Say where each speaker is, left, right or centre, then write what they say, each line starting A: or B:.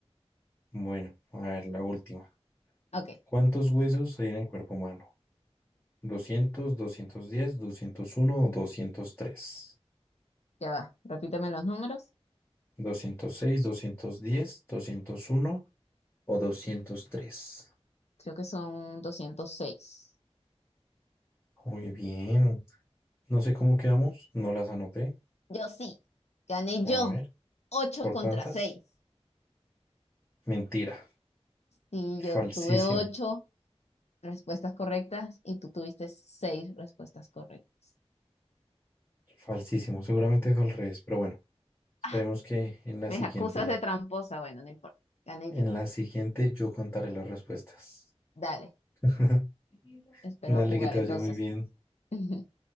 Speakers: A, on the left; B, on the left.
A: Bueno, a ver, la última.
B: Ok,
A: ¿Cuántos huesos hay en el cuerpo humano? Doscientos, doscientos diez, doscientos uno o doscientos doscientos tres,
B: ya va. Repíteme los números.
A: ¿doscientos seis, doscientos diez, doscientos uno o doscientos tres.
B: Creo que son 206.
A: Muy bien. No sé cómo quedamos, no las anoté.
B: Yo sí, gané
A: A
B: yo.
A: ver,
B: ocho
A: ¿por
B: contra
A: cuántas?
B: seis,
A: Mentira.
B: Sí, yo
A: Falsísimo,
B: tuve ocho respuestas correctas y tú tuviste 6 respuestas correctas.
A: falsísimo. Seguramente es al revés, pero bueno, esperemos
B: Ah,
A: que en la
B: me
A: siguiente,
B: acusas de tramposa. Bueno, no importa. Gané
A: en
B: yo.
A: la siguiente yo contaré las respuestas.
B: Dale,
A: <laughs>
B: espero
A: Dale,
B: jugar
A: que te
B: entonces.
A: vaya muy bien.
B: <laughs>